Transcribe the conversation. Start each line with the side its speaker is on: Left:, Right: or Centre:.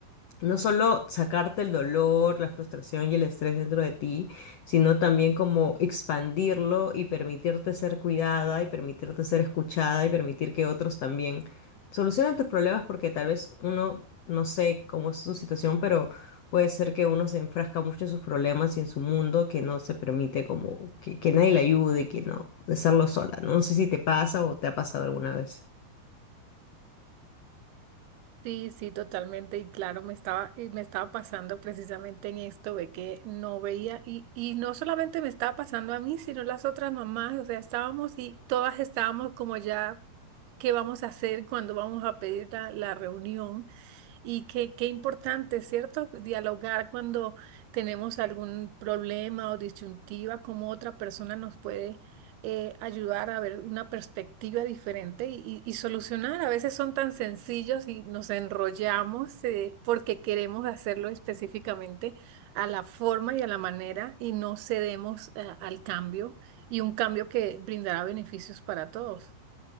Left: no solo sacarte el dolor, la frustración y el estrés dentro de ti, sino también como expandirlo y permitirte ser cuidada y permitirte ser escuchada y permitir que otros también solucionen tus problemas porque tal vez uno, no sé cómo es su situación, pero puede ser que uno se enfrasca mucho en sus problemas y en su mundo que no se permite como que, que nadie le ayude, que no, de hacerlo sola, ¿no? No sé si te pasa o te ha pasado alguna vez.
Right: Sí, sí, totalmente. Y claro, me estaba, eh, me estaba pasando precisamente en esto de que no veía, y, y no solamente me estaba pasando a mí, sino las otras mamás. O sea, estábamos y todas estábamos como ya, ¿qué vamos a hacer cuando vamos a pedir la, la reunión? Y qué, qué importante, ¿cierto? Dialogar cuando tenemos algún problema o disyuntiva, cómo otra persona nos puede eh, ayudar a ver una perspectiva diferente y, y- y solucionar. A veces son tan sencillos y nos enrollamos eh, porque queremos hacerlo específicamente a la forma y a la manera y no cedemos eh, al cambio y un cambio que brindará beneficios para todos.